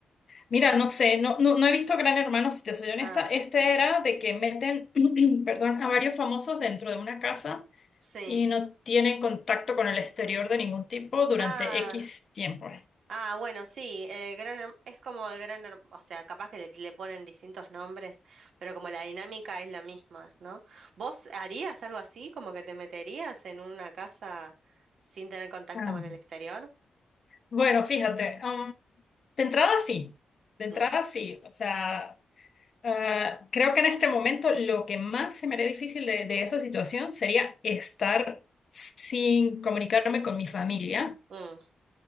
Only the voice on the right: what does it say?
Ah,
sí.
Ah,
ah, bueno, sí, eh, Gran Herm- es como el Gran Hermano, o sea, capaz que le, le ponen distintos nombres, pero como la dinámica es la misma, ¿no? ¿Vos harías algo así, como que te meterías en una casa sin tener contacto
con el exterior?
Mm,
mm.